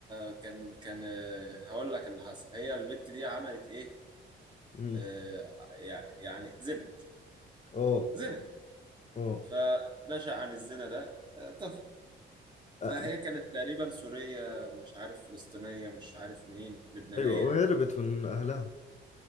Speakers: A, on the right; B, on the left.
A: كان كان آه، هقول لك اللي حصل هي البت دي عملت ايه
B: مم.
A: آه، يع- يعني زنا
B: اه
A: زنا
B: اه
A: فنشأ عن الزنا ده آه، طفل فهي
B: آه،
A: كانت تقريبا سورية مش عارف فلسطينية مش عارف منين لبنانية
B: ايوه وهربت من اهلها